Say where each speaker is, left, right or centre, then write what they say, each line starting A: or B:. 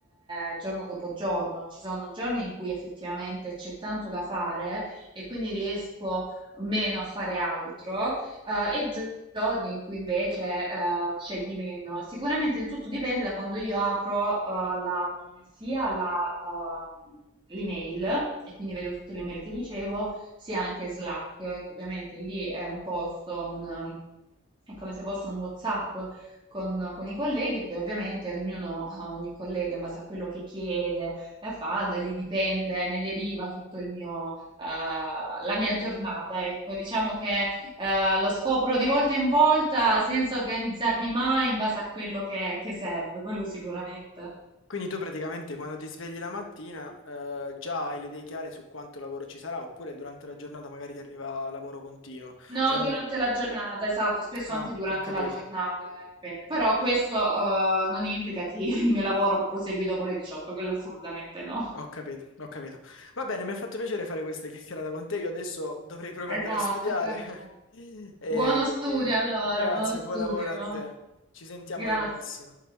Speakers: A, on the right; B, on the left.
A: eh, giorno dopo giorno. Ci sono giorni in cui effettivamente c'è tanto da fare e quindi riesco meno a fare altro, eh, e gio- giorni in cui invece eh, c'è di meno. Sicuramente il tutto dipende da quando io apro eh, la- sia la, ehm, l'email, e quindi vedo tutte le mail che ricevo, sia anche Slack, che ovviamente lì è un posto, un, ehm, è come se fosse un WhatsApp con, con i colleghi, poi ovviamente ognuno, eh, ogni collega in base a quello che chiede e fa, da lì dipende, ne deriva tutto il mio, eh, la mia giornata. Ecco, diciamo che eh, lo scopro di volta in volta senza organizzarmi mai in base a quello che, che serve, quello sicuramente.
B: Quindi tu praticamente quando ti svegli la mattina eh, già hai le idee chiare su quanto lavoro ci sarà, oppure durante la giornata magari ti arriva lavoro continuo.
A: No,
B: Cioè,
A: durante
B: nel-
A: la giornata, esatto, spesso
B: Ah,
A: anche durante
B: ho capito,
A: la giornata, eh, dipende. Però questo, eh, non implica che il mio lavoro prosegui dopo le 18, quello assolutamente no.
B: ho capito, ho capito. Va bene, mi ha fatto piacere fare questa chiacchierata con te. Io adesso dovrei proprio
A: Esatto,
B: andare a studiare.
A: anche per
B: <laughs>
A: me.
B: E...
A: Buono studio allora,
B: Grazie,
A: buono studio.
B: buon lavoro a te. Ci sentiamo
A: Grazie.
B: alla prossima.